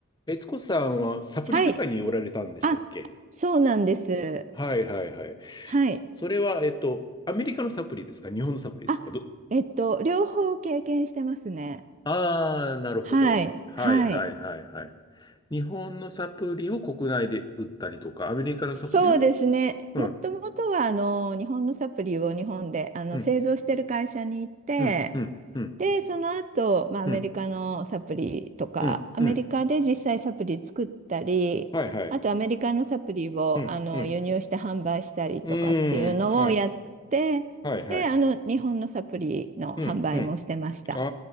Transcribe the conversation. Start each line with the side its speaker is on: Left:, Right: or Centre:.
Left: 悦子さんはサプリ業界におられたんでしたっけ
Right: はい。あ、そうなんです。
Left: はいはいはい。
Right: はい。
Left: そそれは、えっと、アメリカのサプリですか日本のサプリですかど、
Right: あ、えっと、両方経験してますね。
Left: ああ、なるほど。
Right: はい。
Left: はいはいはいはい。
Right: はい。
Left: 日本のサプリを国内で売ったりとか、アメリカのサプリを、
Right: そうですね。
Left: うん、
Right: もともとは、あの、日本のサプリを日本で、あの、
Left: うん、
Right: 製造してる会社に行って、
Left: うん、うん、うん、
Right: で、その後、まあ、アメリカのサプリとか、
Left: うん、うん、
Right: アメリカで実際サプリ作ったり、
Left: うん、はいはい。
Right: あとアメリカのサプリをあの輸入して販売したりとかっていうのをやって、
Left: うん、うん、うーん、はい、はいはい。
Right: で、あの、日本のサプリの販売もしてました。
Left: うん、うん。あ